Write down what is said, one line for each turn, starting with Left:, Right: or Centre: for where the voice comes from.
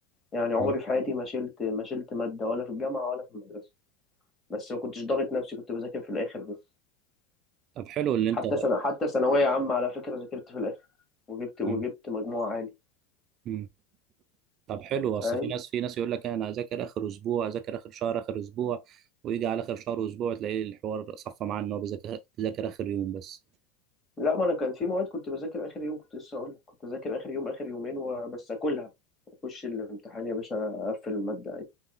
Left: يعني عمري
Right: مم.
Left: في حياتي ما شلت ما شلت ماده ولا في الجامعه ولا في المدرسه بس ما كنتش ضاغط نفسي كنت بذاكر في الاخر بس
Right: طب حلو اللي انت
Left: حتى سنة حتى ثانوية عامة على فكرة ذاكرت في الاخر وجبت وجبت
Right: مم.
Left: مجموع عالي
Right: مم. طب حلو اصل
Left: فاهم
Right: في ناس في ناس يقول لك انا اذاكر اخر اسبوع اذاكر اخر شهر اخر اسبوع ويجي على اخر شهر واسبوع تلاقيه الحوار صفى معاه ان هو بيذاكر بيذاكر اخر يوم بس
Left: لا ما انا كان في مواد كنت بذاكر اخر يوم كنت لسه اقول لك. كنت اذاكر اخر يوم اخر يومين وبس اكلها اخش الامتحان يا باشا اقفل المادة عادي